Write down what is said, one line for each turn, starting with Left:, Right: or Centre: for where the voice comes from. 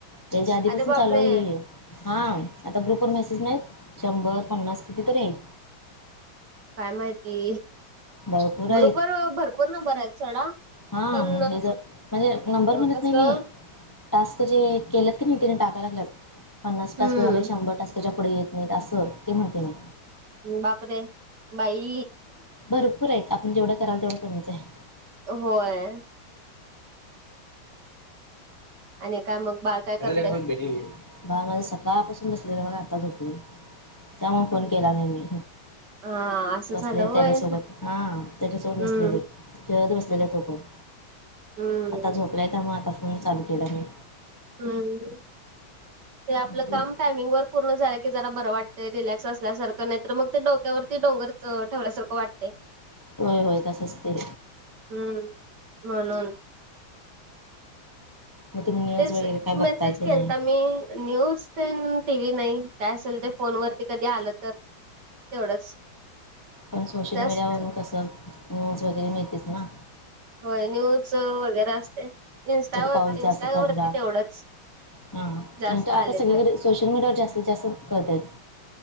Left: त्यांचे आधीपासून
Right: अरे बापरे
Left: चालू आहे हे. हा आता ग्रुप वर मेसेज नाहीत शंभर, पन्नास किती तरी आहेत.
Right: काय माहिती
Left: भरपूर आहेत
Right: ग्रुप वर भरपूर नंबर आहेत सोडा.
Left: हा,
Right: पण
Left: हे जर म्हणजे नंबर
Right: कसं
Left: म्हणत नाही मी. टास्क जे केलत की नाही त्याने टाकायला लागत पन्नास टास्क
Right: हम्म
Left: झाले, शंभर टास्काच्या पुढे येत. नाहीत असं ते म्हणते मी.
Right: बापरे बाई..
Left: भरपूर आहेत. आपण जेवढं कराल तेवढं कमीच आहे.
Right: होय. आणि काय मग बाळ काय?
Left: भेट
Right: करतय
Left: बाळ माझ सकाळपासून बसलेलं बघा आता झोपलाय. त्यामुळे फोन केला नाही मी.
Right: हा असं
Left: बसलेले
Right: झालं होय
Left: त्याच्यासोबत हा त्याच्यासोबत
Right: हम्म
Left: बसलेले. खेळत बसलेला तो पण.
Right: हं.
Left: तो झोपलाय त्यामुळे आता फोन केला मी.
Right: हम्म ते आपलं
Left: म्हणजे
Right: काम टाईम टायमिंग वर पूर्ण झाल्या की जरा बरं वाटत रिलॅक्स असल्यासारंख नाही तर मग ते डोक्यावरती डोंगर ठेवल्यासारखं वाट ते...
Left: व्हय, व्हय तसंच ते.
Right: हम्म म्हणून.
Left: मग तुम्ही न्यूज
Right: तेच
Left: वगैरे काय बघताय
Right: मेसेज
Left: की नाही
Right: केलता मी न्यूज तेन टी, व्ही नाही काय असेल ते फोन वरती कधी आलं तर. तेवढंच.
Left: पण सोशल
Right: जास्त
Left: मीडियावरून कसं न्यूज वगैरे मिळतेचना.
Right: होय न्यूज वगैरे असते इनस्टावर
Left: कुठं पाऊस जास्त
Right: इंस्टा
Left: पडला
Right: वरती तेवढंच.
Left: हा
Right: जास्त आले
Left: आता सगळीकडे
Right: तर
Left: सोशल मीडियावर जास्तीत, जास्त कळतय.